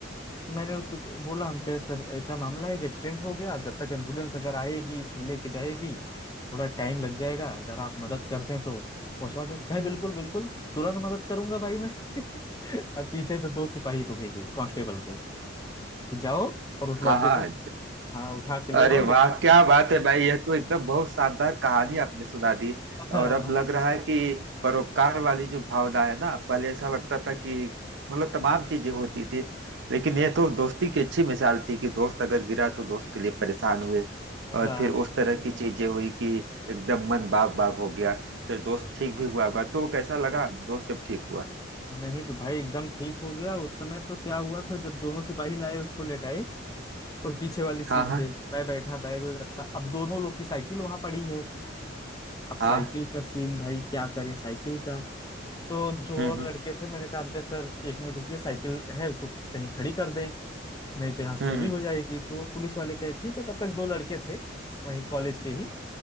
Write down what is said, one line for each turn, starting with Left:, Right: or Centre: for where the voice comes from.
Left: तो मैंने उससे बोला हम कहे सर ऐसा मामला है कि एक्सीडेंट हो गया जब तक एम्बुलेंस अगर आएगी फिर लेके जाएगी थोड़ा टाइम लग जाएगा अगर आप मदद कर दें तो पहुंचवा दें कहे बिल्कुल बिल्कुल तुरंत मदद करूंगा भाई मैं <laughs> अब पीछे से दो सिपाही को भेजे कांस्टेबल को कि जाओ और उस लड़के
Right: हाँ हाँ
Left: को हाँ उठा के ले
Right: अरे
Left: आओ
Right: वाह
Left: लेटाओ
Right: क्या बात है भाई यह तो एकदम बहुत शानदार कहानी आपने सुना दी
Left: <laughs> हाँ
Right: और अब लग रहा है कि परोपकार वाली जो भावना है ना पहले ऐसा लगता था कि मतलब तमाम चीजें होती थी लेकिन यह तो दोस्ती की अच्छी मिसाल थी कि दोस्त अगर गिरा तो दोस्त के लिए परेशान हुए और
Left: हाँ
Right: फिर उस तरह की चीजें हुई कि एकदम मन बाग बाग हो गया फिर दोस्त ठीक भी हुआ होगा तो कैसा लगा दोस्त जब ठीक हुआ
Left: नहीं तो भाई एकदम ठीक हो गया उस समय तो क्या हुआ फिर जब दोनों सिपाही लाए उसको लेटाए उस पीछे वाली सीट
Right: हाँ हाँ
Left: पे मैं बैठा बैग वैग रखा अब दोनों लोग की साइकिल वहां पड़ी है अब साइकिल
Right: हाँ
Left: का सीन भाई क्या करें साइकिल का तो जो
Right: हम्म हम्म
Left: लड़के थे मैंने कहा अंकल सर एक मिनट रुकिए साइकिल है उसको कहीं खड़ी कर दें नहीं तो यहाँ से
Right: हम्म
Left: चोरी
Right: हम्म,
Left: हो जाएगी तो पुलिस वाले कहे ठीक है तब तक दो लड़के थे वहीं कॉलेज के ही